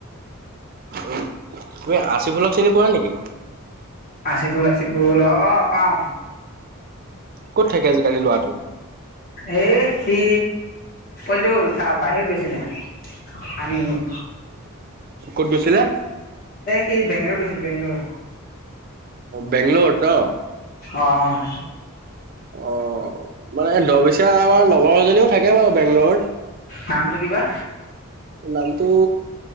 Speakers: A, on the right (about 45°); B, on the left (about 40°).
A: উ তুমি আশি ফুলক চিনি পোৱা নেকি?
B: আচি ফুল আচি ফুল অ পাওঁ।
A: ক'ত থাকে আজিকালি ল'ৰাটো?
B: এ সি পোৱালিটো বাহিৰত গৈছিলে। আনিনি
A: ক'ত গৈছিলে?
B: কি বেংলোৰ গৈছিলে বেংলৰ।
A: বেংলৰ ত
B: অ',
A: অ মানে দহ বৈচা আমাৰ লগৰ এজনীও থাকে বাৰু বেংগলৰত।
B: নামটো কিবা।
A: নামটো